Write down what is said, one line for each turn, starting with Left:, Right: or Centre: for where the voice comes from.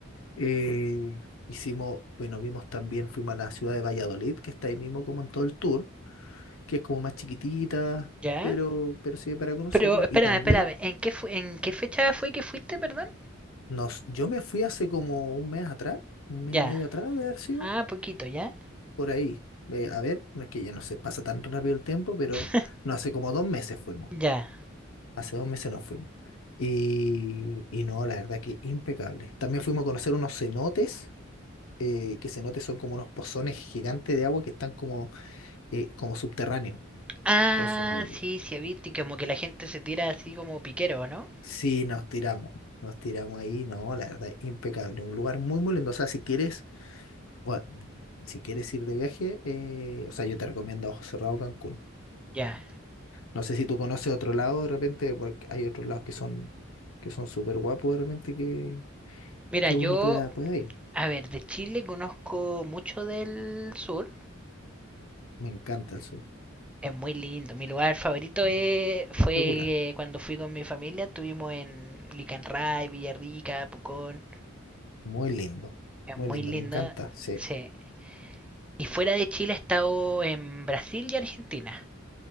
Left: Eh, hicimos, bueno, vimos también, fuimos a la ciudad de Valladolid, que está ahí mismo como en todo el tour. que es como más chiquitita,
Centre: Ya.
Left: pero, pero sirve para conocerla.
Centre: Pero espérame,
Left: Y también
Centre: espérame. ¿En qué, fu- ¿En qué fecha fue que fuiste, perdón?
Left: nos, yo me fui hace como un mes atrás, un mes
Centre: Ya.
Left: y medio atrás de haber sido,
Centre: Ah, poquito, ya.
Left: por ahí. Eh, a ver, no es que ya no se pasa tan rápido el tiempo, pero
Centre: <laughs>
Left: no, hace como dos meses fuimos.
Centre: Ya.
Left: Hace dos meses nos fuimos. Y, y no, la verdad que impecable. También fuimos a conocer unos cenotes, eh, que cenotes son como unos pozones gigantes de agua que están como, eh, como subterráneos.
Centre: Ah,
Left: Entonces, eh,
Centre: sí, sí, viste como que la gente se tira así como piquero, ¿no?
Left: Sí, nos tiramos, nos tiramos ahí, no, la verdad, impecable, un lugar muy, muy lindo, o sea, si quieres, bueno, si quieres ir de viaje, eh, o sea, yo te recomiendo a ojos cerrados Cancún.
Centre: Ya.
Left: No sé si tú conoces otro lado de repente, porque hay otros lados que son, que son súper guapos de repente que,
Centre: Mira,
Left: que
Centre: yo,
Left: uno pueda, pueda ir.
Centre: a ver, de Chile conozco mucho del sur.
Left: Me encanta el sur,
Centre: Es muy lindo. Mi lugar favorito
Left: mm,
Centre: es- fue
Left: espectacular,
Centre: eh, cuando fui con mi familia. Estuvimos en Licanray, Villarrica, Pucón.
Left: muy lindo,
Centre: Es
Left: muy
Centre: muy
Left: lindo,
Centre: lindo.
Left: me encanta, sí.
Centre: Sí. Y fuera de Chile he estado en Brasil y Argentina.